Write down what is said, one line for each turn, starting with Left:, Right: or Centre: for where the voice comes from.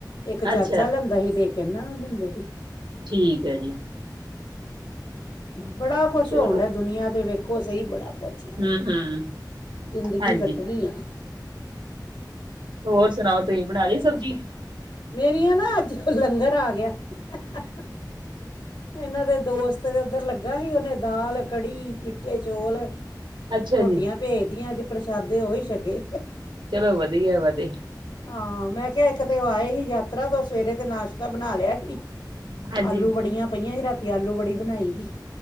Left: ਇੱਕ ਚਾਚਾ
Right: ਅੱਛਾ
Left: ਲੈਂਦਾ ਸੀ, ਤੇ ਇੱਕ ਇਹਨਾਂ ਨੂੰ ਦਿੰਦੇ ਸੀ।
Right: ਠੀਕ ਐ ਜੀ।
Left: ਬੜਾ ਕੁਛ
Right: ਚਲੋ
Left: ਹੋਣ ਡਿਆ ਦੁਨੀਆਂ ਤੇ, ਵੇਖੋ ਸਹੀ ਬੜਾ ਕੁਛ।
Right: ਹੂੰ-ਹੂੰ,
Left: ਜ਼ਿੰਦਗੀ
Right: ਹਾਂਜੀ,
Left: ਕੱਟਣੀ ਆ।
Right: ਹੋਰ ਸੁਣਾਓ, ਤੁਸੀਂ ਬਣਾ ਲੀ ਸਬਜ਼ੀ।
Left: ਮੇਰੀਆਂ ਨਾ ਅੱਜ ਉਹ ਲੰਗਰ ਆ ਗਿਆ, ਹ-ਹ-ਹ-ਹ ਇਹਨਾਂ ਦੇ ਬਸ ਕਹਿੰਦੇ ਓਧਰ ਲੱਗਾ ਸੀ, ਉਹਨੇ ਦਾਲ, ਕੜ੍ਹੀ, ਮਿੱਠੇ ਚੋਲ,
Right: ਅੱਛਾ
Left: ਰੋਟੀਆਂ
Right: ਜੀ।
Left: ਭੇਜਦੀਆਂ, ਅੱਜ ਪ੍ਰਸ਼ਾਦੇ ਓਹੀ ਛਕੇ।
Right: ਚਲੋ ਵਧੀਆ, ਵਧੀ
Left: ਹਾਂ ਮੈਂ ਕਿਹਾ, ਇੱਕ ਤੇ ਉਹ ਆਏ ਹੀ ਯਾਤਰਾ ਤੋਂ ਸਵੇਰੇ ਤੇ ਨਾਸ਼ ਬਣਾ ਲਿਆ ਸੀ,
Right: ਹਾਂਜੀ।
Left: ਆਲੂ ਬੜੀਆਂ ਪਈਆਂ ਸੀ, ਰਾਤੀ ਆਲੂ ਬੜੀ ਬਣਾਈ।